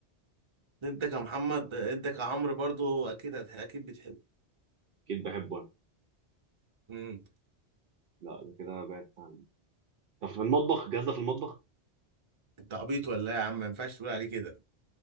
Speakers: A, on the right (about 30°); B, on the right (about 60°).
A: انت كمحمد انت كعمرو برضو اكيد هتح... اكيد بتحب
B: اكيد بحبه انا
A: امم
B: لا ده كده بعدت عنه طب في المطبخ الجهاز ده في المطبخ
A: انت عبيط ولا ايه يا عم ما ينفعش تقول عليه كده